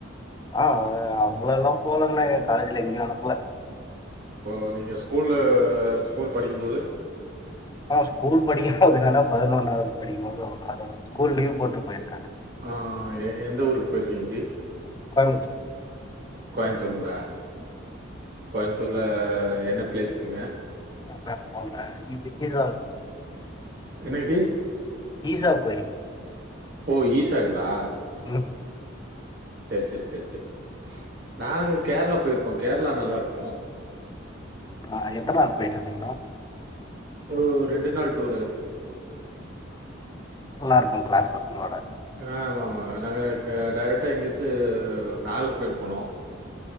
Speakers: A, on the left (about 20°); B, on the right (about 55°).
A: ஆ நம்ளல்லா போலங்ண்ணா எ காலேஜ்லா எங்கியு அனுப்புல
B: இப்போ நீங்க ஸ்கூல்ல ஸ்கூல் படிக்கும் போது
A: ஆ ஸ்கூல் படிக்கறப்பே வேணா பதனொன்னவது படிக்கு போது ஒரு தடவ ஸ்கூல் லீவ் போட்டு போயிருக்கே
B: ஆ எ எந்த ஊர்க்கு போயிருக்கிங் ஜி
A: கோயம்புத்தூர்
B: கோய்ம்த்தூருங்ளா கோய்ம்த்தூர்ல என்ன ப்ளேஸ்க்குங்க
A: <inaudible>
B: என்னங் ஜி
A: ஈசா கோயில்
B: ஓ ஈசாங்ளா
A: ம்
B: சேர் சேர் சேர் சேரி நாங்க கேர்ளா போயிருக்கோ கேர்ளா நல்லாருக்கு
A: அ எத்த நாள் போயிட்டு வந்தீங்கண்ணா
B: ஓர் ரெண்டு நாள் டூரு
A: நல்லார்க்கு க்ளாஸ் பசங்களோட
B: ஆமாமா நாங்க அ டைரக்ட்டா இங்கிருந்து நாகர் கோய்ல் போனோ